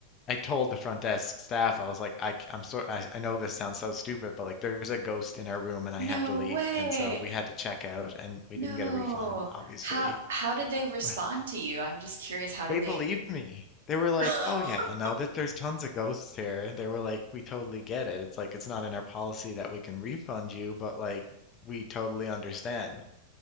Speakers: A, on the left (about 30°); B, on the right (about 60°).
A: I told the front desk staff I was like I am so I, I know this sounds so stupid but like there's a ghost in our room and I
B: No
A: have to leave
B: way.
A: and so we had to check out and we
B: No.
A: didn't get a refund obviously.
B: How
A: <sighs>
B: how did they respond
A: <laughs>
B: to you? I'm just curious, how did
A: They
B: they
A: believed me. They were like,
B: <laughs>
A: "Oh yeah, I know that there's tons of ghosts here." And they were like, "We totally get it. It's like it's not in our policy that we can refund you, but like we totally understand."